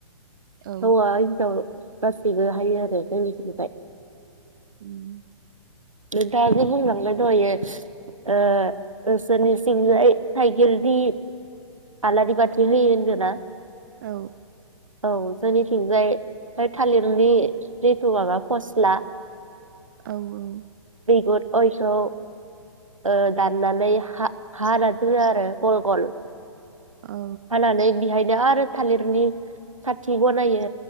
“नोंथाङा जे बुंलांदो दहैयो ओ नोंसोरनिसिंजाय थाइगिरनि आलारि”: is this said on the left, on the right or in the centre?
Right